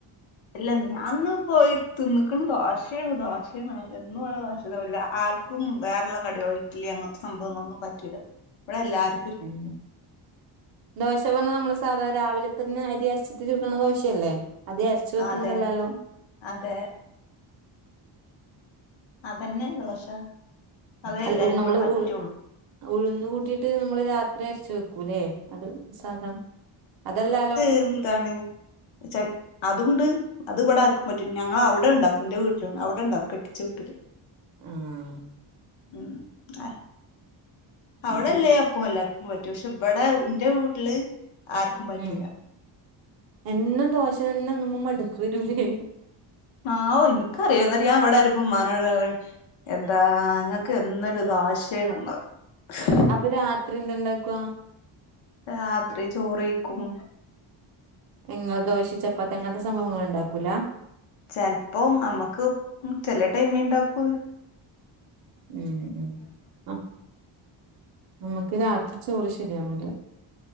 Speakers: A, on the left; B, on the right.
A: അല്ല ഞാനൊന്ന് പോയി തിന്ന്ക്കണ് ദോശേണ് ദോശേണ് എന്നും <unintelligible> ക്കുംവേറെള്ള കടികളോ ഇഡ്ലി അങ്ങനത്തെ സംഭവങ്ങളൊന്നും പറ്റൂല ഇവിടെ എല്ലാർ
B: ഉം. ദോശ വന്ന നമ്മള് സാധാ രാവിലെ തന്നെ അരി അരച്ചിട്ട് ചുടണ ദോശല്ലേ അധ്യേ അരച്ചു വെക്കുന്നതല്ലാലോ
A: അതെ അതെ അതന്നെ ദോശ അതേ
B: അല്ല
A: എല്ലാർക്കും
B: നമ്മള്
A: ഇവിടെ പറ്റുള്ളൂ
B: ഉഴു ഉഴുന്ന് കൂട്ടിട്ട് നമ്മള് രാത്രി അരച്ച് വെക്കൂല്ലേ അതും. സാധ അതെല്ലാലോ?
A: ഇത് എന്താണ്? ചെക്ക് അതൂണ്ട്. അത് ഇവടാർക്കും പറ്റും ഞങ്ങള് അവടെ ഇണ്ടാക്കും ഇന്റെ വീട്ടില് അവിടെ ഇണ്ടാക്കും കെട്ടിച്ച വീട്ടില്.
B: ആഹ്.
A: ഉം ആഹ്. അവിടെയല്ലേ
B: ഉം ഉം
A: അപ്പം എല്ലാർക്കും പറ്റൂ, പക്ഷേ ഇവിടെ ഇന്റെ വീട്ടില് ആർക്കും പറ്റൂല.
B: ഉം എന്നും ദോശ തന്നെ തിന്നുമ്പോ മടുപ്പ് വരൂലേ?
A: ആവോ എനിക്ക് അറിയും അന്നേരം ഞാൻ ഉമ്മാനോട് പറയും. എന്താ ഇങ്ങക്ക് എന്നൊരു ദോശേണ് പറീം
B: അപ്പൊ രാത്രി എന്ത് ഇണ്ടാക്കുവാ?
A: രാത്രി ചോറ് കഴിക്കും.
B: ഇങ്ങള് ദോശ്, ചപ്പാത്തി അങ്ങനത്തെ സംഭവങ്ങളൊന്നും ഉണ്ടാക്കൂല?
A: ചെലപ്പോ നമുക്ക്‌ ചെല ടൈമിൽ ഉണ്ടാക്കും.
B: ഉം ഉം നാം നമ്മക്ക് രാത്രി ചോറ് ശരിയാവൂല.